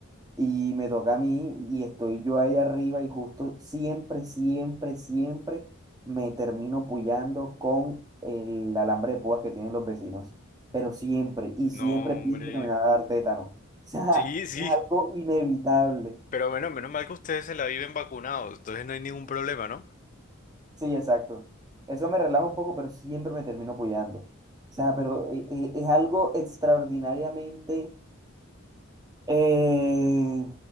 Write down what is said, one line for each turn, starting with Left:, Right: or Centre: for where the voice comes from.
Right: Y me toca a mí y estoy yo ahí arriba y justo siempre, siempre, siempre me termino puyando con el alambre de púas que tienen los vecinos. Pero siempre, y
Left: no,
Right: siempre pienso
Left: hombre.
Right: que me va a dar tétano. O sea,
Left: Sí,
Right: <laughs>
Left: sí,
Right: es algo inevitable.
Left: pero bueno, menos mal que ustedes se la viven vacunados, entonces no hay ningún problema, ¿no?
Right: Sí, exacto. Eso me relaja un poco, pero siempre me termino puyando. O sea, pero eh, eh, es algo extraordinariamente Eh,